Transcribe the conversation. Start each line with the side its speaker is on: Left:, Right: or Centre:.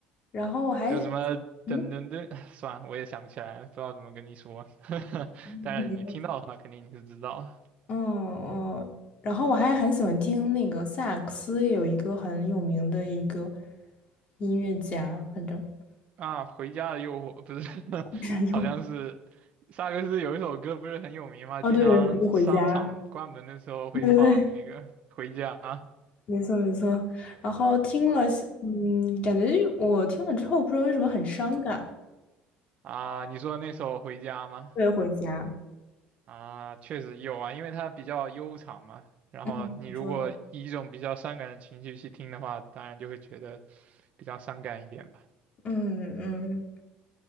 Left: 然后我还
Right: 就什么噔噔噔，
Left: 嗯
Right: <laughs> <sighs> 算了，我也想不起来了，不知道怎么跟你说，<laughs>
Left: <laughs>
Right: 但是你听到的话，肯定你是知道的
Left: 嗯哦，然后我还很喜欢听那个萨克斯，有一个很有名的一个音乐家，反正
Right: 啊。回家的诱惑不是，<laughs>
Left: <laughs> 有
Right: 好像是萨克斯有一首歌不是很有名嘛，
Left: 哦，
Right: 经常商场关门的时候会放那个回家
Left: 对对，回家。对对对，没错没错。然后听了，嗯，感觉我听了之后，不知道为什么很伤感，
Right: 啊，你说那首回家吗？
Left: 对，回家。
Right: 啊，确实有啊，因为它比较悠长嘛。然后你如果以一种比较伤感的情绪去听的话，
Left: 嗯，你说，
Right: 当然就会觉得比较伤感一点吧。
Left: 嗯嗯，